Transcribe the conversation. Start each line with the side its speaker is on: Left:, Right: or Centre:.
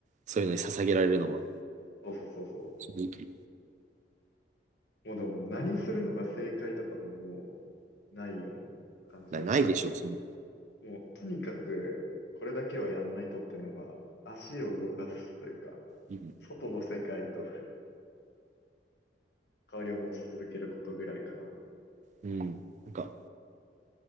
Right: そういうのに捧げられるのは、
Left: そうそうそうそ
Right: 正直
Left: う。もうでも何するのが正解とかももうないような感じだから、
Right: なないでしょその、
Left: もうとにかくこれだけはやんないとっていうのが足を動かすというか、
Right: うん、
Left: 外の世界とふ関わりを持ち続けることぐらいかな。
Right: うん。なんか